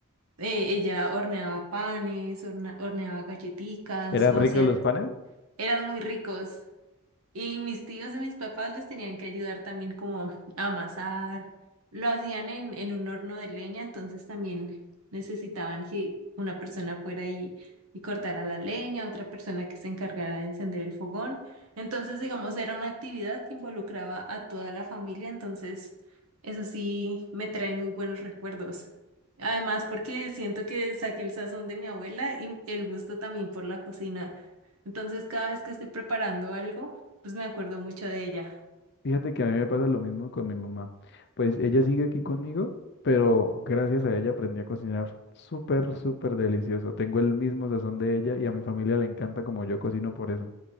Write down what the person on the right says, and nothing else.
eh, ella horneaba panes, horna- horneaba galletitas
o
hacía
Eran muy ricos. Y mis tíos y mis papás les tenían que ayudar también como a amasar. Lo hacían en, en un horno de leña, entonces también necesitaban que una persona fuera y, y cortara la leña, otra persona que se encargara de encender el fogón. Entonces, digamos, era una actividad que involucraba a toda la familia, entonces eso sí me trae muy buenos recuerdos. Además, porque siento que saqué el sazón de mi abuela y el gusto también por la cocina. Entonces, cada vez que estoy preparando algo, pues me acuerdo mucho de ella.